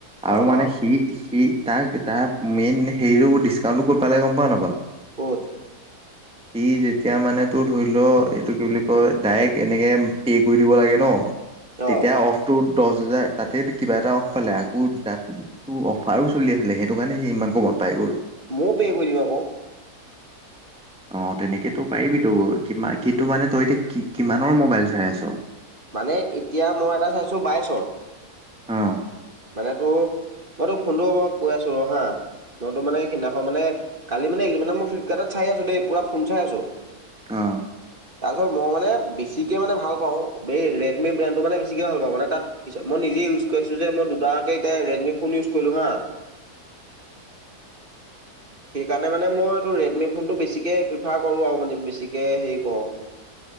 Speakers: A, in the centre; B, on the right.
A: আৰু
B: অ
A: মানে
B: অ
A: সি সি সি তাক টা মেইন হেৰিয়ো ডিচকাউণ্টটো কত পালে গম পাৱ নাপাৱ।
B: ক'ত।
A: সি যেতিয়া মানে তোৰ ধৰি ল এইটো কি বুলি কয় ডাইৰেক্ট এনেকে পে' কৰি দিব লাগে ন তেতিয়া
B: অ
A: অফ তৌ দছ হাজাৰ তাতে কিবা এটা অফ পালে আকৌ তাত তোৰ অফাৰো চলি আছিলে সেইটো কাৰণে সি ইমান কমত পাই গ'ল
B: মো পে কৰি দিবা ক
A: অ তেনেকেতো পাৰিবিতো কিমা কিন্তু মানে তই এতিয়া কি কিমানৰ মোবাইল চাই আছ
B: মানে এতিয়া মই এটা চাইছোঁ বাইছৰ
A: অ
B: মানে তোৰ মই তো ফোনটো কৰি কৈ আছো ৰ হা মইতো মান সেদিনাখন মানে কালিমানে এইকেইদিনমানে মই ফ্লিপকাৰ্টত চাই আছো দেই পুৰা ফোন চাই আছো
A: অ
B: তাৰপিছত মই মানে বেছিকে মানে ভাল পাওঁ এই ৰেডমি ব্ৰেণ্ডটো মানে বেছিকে ভাল পাওঁ মানে তাত ফিচা মই নিজে ইউজ কৰি আছো যে মই দুটাকে এতিয়া ৰেডমি ফোন ইউজ কৰিলো হা সেইকাৰণে মানে মই তো ৰেডমি ফোনটো বেছিকে প্ৰিফাৰ কৰো আৰু মানে বেছিকে হেৰি কৰো